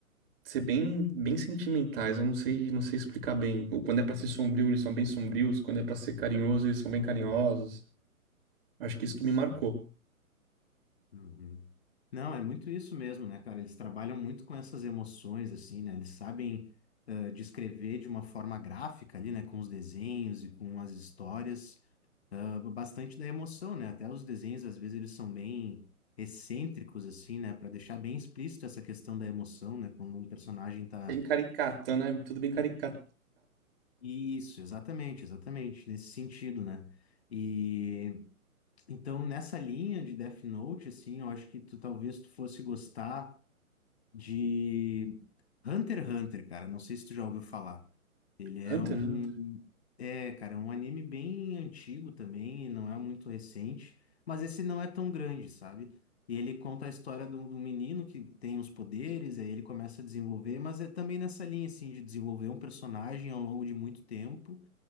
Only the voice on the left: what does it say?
Sim.
Uhum. Não, é muito isso mesmo, né, cara? Eles trabalham muito com essas emoções, assim, né? Eles sabem eh, descrever de uma forma gráfica ali, né? Com os desenhos e com as histórias, eh, bastante da emoção, né? Até os desenhos, às vezes, eles são bem excêntricos, assim, né? Para deixar bem explícito essa questão da emoção, né? Quando um personagem tá
Isso, exatamente, exatamente, nesse sentido, né? E então nessa linha de Death Note, assim, eu acho que tu talvez tu fosse gostar de Hunter x Hunter, cara. Não sei se tu já ouviu falar. Ele
é um,
é, cara, é um anime bem antigo também, não é muito recente, mas esse não é tão grande, sabe? E ele conta a história de um de um menino que tem os poderes, aí ele começa a desenvolver, mas é também nessa linha, assim, de desenvolver um personagem ao longo de muito tempo